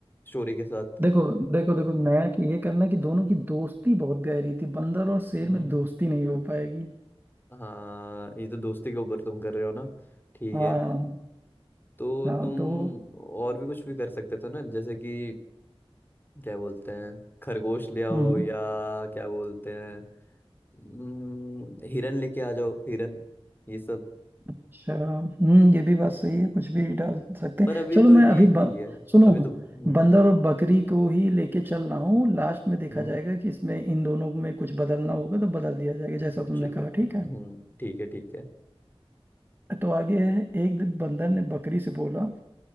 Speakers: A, on the left; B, on the right.
A: स्टोरी के साथ
B: देखो देखो देखो नया कि ये करना कि दोनों की दोस्ती बहुत गहरी थी बंदर और शेर
A: हम्म,
B: में दोस्ती नहीं हो पाएगी
A: हाँ ये तो दोस्ती के ऊपर तुम कर रहे हो ना ठीक
B: हाँ
A: है तो
B: हाँ
A: तुम
B: तो
A: और भी कुछ भी कर सकते थे ना जैसे कि क्या बोलते हैं खरगोश ले आओ
B: हम्म हम्म।
A: या क्या बोलते हैं हम्म, हिरन लेके आ जाओ हिरन ये सब
B: अच्छा हम्म ये भी बात सही है कुछ भी डाल सकते हैं
A: पर अभी
B: चलो
A: तो
B: मैं
A: ये
B: अभी ब,
A: ठीक है
B: सुनो
A: अभी तो हम्म
B: बंदर और बकरी को ही लेके चल रहा हूँ लास्ट में देखा
A: हम्म
B: जाएगा कि इसमें इन दोनों में कुछ बदलना होगा तो बदल दिया जाएगा जैसा तुमने
A: चलो
B: कहा
A: हम्म
B: ठीक है
A: ठीक है ठीक है
B: तो आगे है एक दिन बंदर ने बकरी से बोला